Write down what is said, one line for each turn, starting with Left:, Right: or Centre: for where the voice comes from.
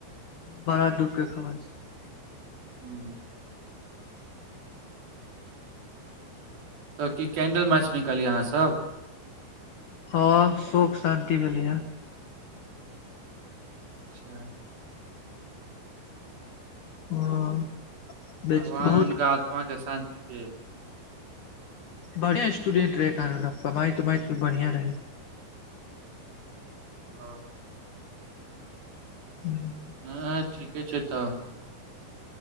Left: बड़ा दुःख के खबर छै
Right: हू तऽ की कैंडल मार्च निकलियै अहाँ सब
Left: हँ शोक शान्ति भेलै ह
Right: अच्छा
Left: हँ बहुत
Right: भगवान उनका आत्मा के शान्ति देत
Left: बढ़िया स्टूडेंट रहै कानून कमाइ तमाई तो बढ़िया रहै
Right: ह
Left: ह
Right: हँ ठीके छै तऽ